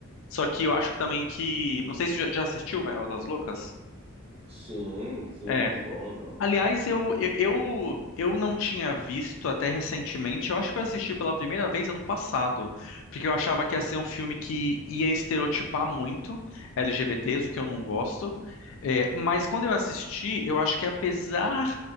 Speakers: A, on the left; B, on the right.
A: Só que eu acho que também que, não sei se já já assistiu Gaiola das Loucas.
B: Sim, sim,
A: É.
B: muito bom, não?
A: Aliás, eu, eu, eu eu não tinha visto até recentemente. Eu acho que eu assisti pela primeira vez ano passado, porque eu achava que ia ser um filme que ia estereotipar muito LGBTs, o que eu não gosto. É, mas quando eu assisti, eu acho que apesar